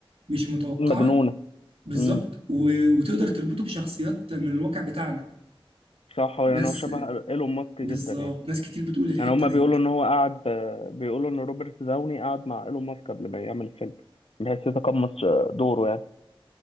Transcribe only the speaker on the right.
مش متوقعة
بالظبط
و... وتقدر تربطه بشخصيات من الواقع بتاعنا
ناس
بالظبط
ناس كتير بتقول الحتة
ديت